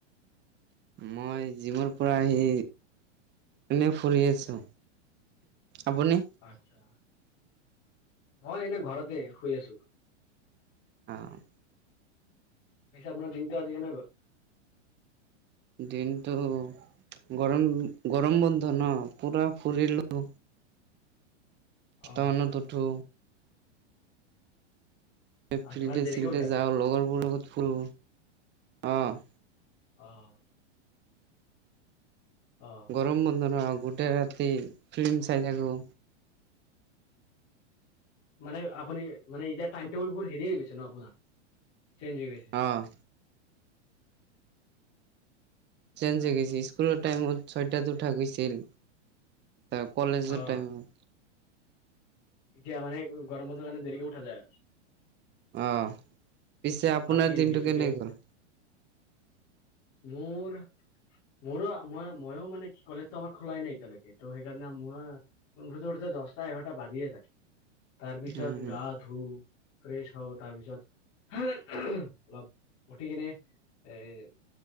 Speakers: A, on the right; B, on the left.
A: মই যিমৰ পৰা আহি এনেই ফুৰি আছোঁ, আপুনি?
B: আচ্ছা। মই এনে ঘৰতে, শুই আছো।
A: উম।
B: পিছে আপোনাৰ দিনটো আজি কেনে গ'ল।
A: দিনটো গৰম, গৰম বন্ধ ন, পুৰা ফুৰিলোঁ। সাতটা
B: অ
A: মানত উঠো। এ ফিল্ডে-চিল্ডে
B: তোমাৰ দেৰিকে উঠে আৰু
A: যাওঁ, লগৰবোৰ লগত ফুৰো, অ'।
B: অহ'। অ'।
A: গৰম বন্ধ ন', গোটেই ৰাতি ফিলিম চাই থাকো।
B: মানে আপুনি, মানে এতিয়া টাইম টেবুলবোৰ হেৰি হৈ গৈছে ন আপোনাৰ, চেঞ্জ হৈ গৈছে।
A: অ'। চেঞ্জ হৈ গৈছে, স্কুলৰ টাইমত ছয়টাত উঠা গৈছিল। <inaudible> কলেজৰ
B: অ
A: টাইমত।
B: এতিয়া মানে গ-গৰম বন্ধ কাৰণে দেৰিকে উঠা যায়।
A: অ' পিছে আপোনাৰ
B: ৰাতি
A: দিনটো
B: বেছিকে
A: কেনে
B: হৈ
A: গ'ল।
B: যায়। মোৰ মোৰো মই, মইয়ো মানে কি কলেজটো আমাৰ খোলাই নাই এতিয়ালৈকে, ত' সেইকাৰণে মই উঠোতে, উঠোতে দহটা, এঘাৰটা বাজিয়ে যায়। তাৰ পিছত
A: উম
B: গা ধু, ফ্ৰেছ হও, তাৰপিছত <unintelligible> অলপ উঠি কিনে এই